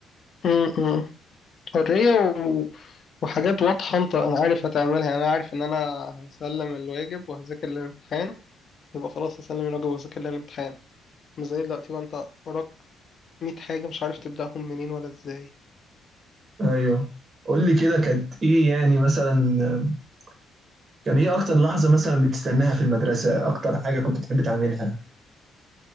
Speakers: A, on the left; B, on the right.
A: م- م. حرية و... وحاجات واضحة أنت أنا عارف هتعملها أنا عارف إن أنا هسلم الواجب وهذاكر الامتحان يبقى خلاص هسلم الواجب وهذاكر الامتحان مش زي دلوقتي بقى انت وراك 100 حاجة مش عارف تبدأهم منين ولا ازاي
B: أيوه قول لي كده كانت إيه يعني مثلا كان ايه اكتر لحظة مثلا بتستناها في المدرسة اكتر حاجة كنت بتحب تعملها